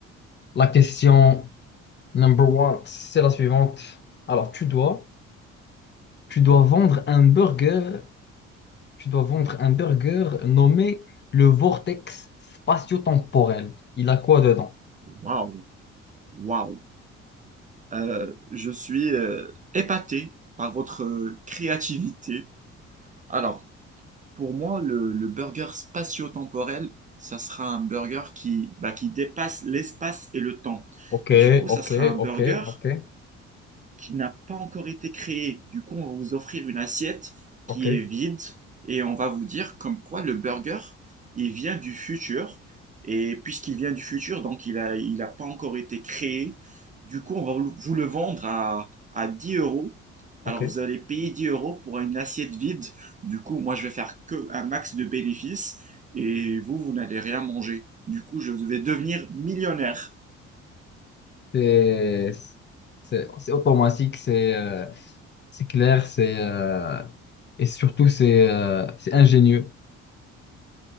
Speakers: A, on the left; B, on the right.
A: la question number one, c'est la suivante. Alors, tu dois, tu dois vendre un burger, tu dois vendre un burger nommé le Vortex spatio-temporel. Il a quoi dedans?
B: Waouh, waouh. Euh, je suis euh, épaté par votre euh, créativité. Alors pour moi le, le burger spatio-temporel, ça sera un burger qui bah, qui dépasse l'espace et le temps.
A: Ok,
B: Du coup,
A: ok,
B: ça sera un burger
A: ok, ok,
B: qui n'a pas encore été créé. Du coup, on va vous offrir une assiette
A: ok.
B: qui est vide et on va vous dire comme quoi le burger, il vient du futur. Et puisqu'il vient du futur, donc il a, il a pas encore été créé. Du coup, on va vous- le vendre à, à 10 euros.
A: Ok.
B: Alors, vous allez payer 10 euros pour une assiette vide. Du coup, moi, je vais faire que un max de bénéfices et vous, vous n'allez rien manger. Du coup, je vais devenir millionnaire.
A: C'est c'est- c'est automatique, c'est euh, c'est clair, c'est euh, et surtout c'est euh, c'est ingénieux.